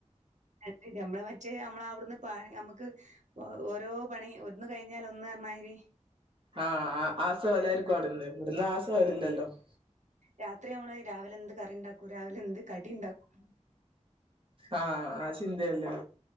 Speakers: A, on the right; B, on the right.
A: അ നമ്മളെ മറ്റേ നമ്മള അവിടുന്ന് പ ഞമ്മക്ക്. ഓ ഓരോ പണി ഒന്ന് കഴിഞ്ഞാൽ ഒന്ന് എന്നായിരി.
B: ആഹ ആ സവലായിരിക്കും അവിടുന്ന് ഇവിടുന്ന് ആ സവലല്ലല്ലോ <unintelligible>
A: രാത്രി നമ്മള് രാവിലെ എന്ത് കറി ഉണ്ടാക്കൂ രാവിലെ എന്ത് കടി ഉണ്ടാക്കും
B: ആഹാ ആ ചിന്തയല്ലേ